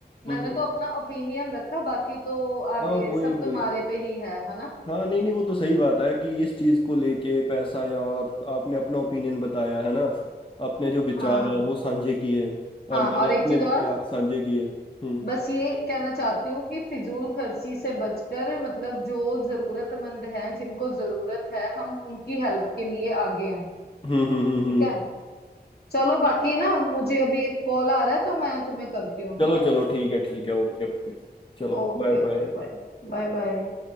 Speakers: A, on the left (about 65°); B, on the left (about 30°).
A: मैंने
B: हम्म हम्म।
A: तो अपना ओपिनियन रखा बाकी तो आगे
B: हाँ वही
A: सब
B: वही
A: तुम्हारे पे ही है है ना
B: हाँ नहीं नहीं वो तो सही बात है कि इस चीज को लेके पैसा या और आपने अपना ओपिनियन बताया है ना अपने जो विचार
A: हाँ
B: है वो साझे किए और
A: हाँ
B: मैंने
A: और एक
B: अपने
A: चीज
B: विचार
A: और
B: साझे किए हम्म
A: बस ये कहना चाहती हूँ कि फिजूल खर्ची से बचकर मतलब जो जरूरतमंद हैं जिनको जरूरत है हम उनकी हेल्प के लिए आगे आए
B: हम्म हम्म हम्म हम्म।
A: ठीक है चलो बाकी ना मुझे अभी एक कॉल आ रहा है तो मैं तुम्हें करती हूँ ठीक
B: चलो
A: है
B: चलो ठीक है ठीक है ओके ओके चलो
A: Okay
B: बाय
A: okay
B: बाय
A: Bye Bye Bye